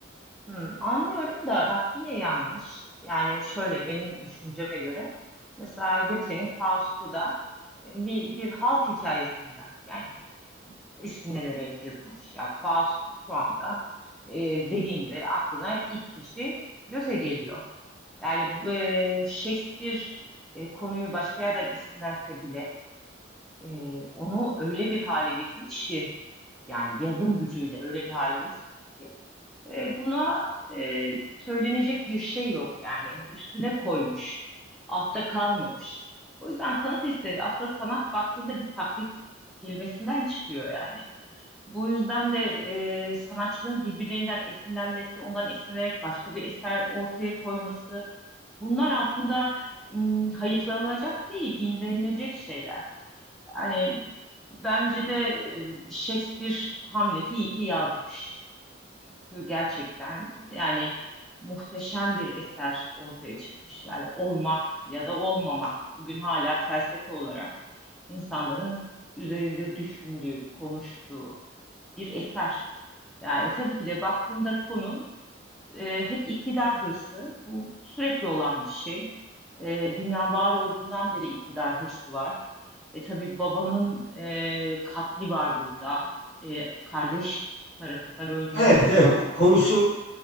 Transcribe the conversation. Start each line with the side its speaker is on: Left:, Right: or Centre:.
Centre: Hmm, anlıyorum da bak yine yanlış. Yani şöyle benim düşünceme göre mesela Goethe'nin Faust'u da e, bir, bir halk hikayesinden yani esinlenerek yazılmış. Ya Faust şu anda e, dediğinde aklına ilk kişi Goethe geliyor. Yani bu, e, Shakespeare e, konuyu başka yerden esinlense bile e, onu öyle bir hale getirmiş ki yani yazım gücüyle öyle bir hale getirmiş ki e, buna e, söylenecek bir şey yok yani üstüne koymuş, altta kalmamış. O yüzden sanat eseri aslında sanat baktığında bir taklit kelimesinden çıkıyor yani. Bu yüzden de e, sanatçıların birbirlerinden esinlenmesi, ondan esinlenerek başka bir eser ortaya koyması, bunlar aslında m, hayıflanılacak değil, imrenilecek şeyler. Yani bence de e, Shakespeare Hamlet'i iyi ki yazmış. Çünkü gerçekten yani muhteşem bir eser ortaya çıkmış. Yani olmak ya da olmamak bugün hala felsefe olarak insanların üzerinde düşündüğü, konuştuğu bir eser. Yani tabii ki de baktığında konu e, hep iktidar hırsı. Bu sürekli olan bir şey. E, dünya var olduğundan beri iktidar hırsı var. E, tabii babanın e, katli var burada. E, kardeş tarafından öldürülmesi
Left: Evet evet
Centre: var.
Left: konusu